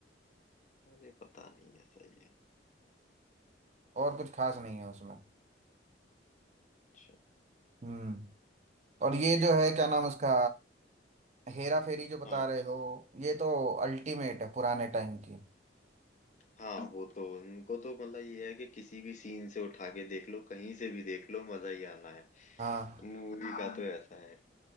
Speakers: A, on the left (about 40°); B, on the right (about 40°).
A: अरे पता नहीं ऐसा ही है
B: और कुछ खास नहीं है उसमें
A: अच्छा
B: हम्म और ये जो है क्या नाम उसका हेरा फेरी जो बता
A: हाँ।
B: रहे हो ये तो अल्टीमेट है पुराने टाइम की
A: हाँ वो तो उनको तो मतलब ये है कि किसी भी सीन से उठा के देख लो कहीं से भी देख लो मजा ही आना है
B: हाँ
A: मूवी का तो हाँ ऐसा है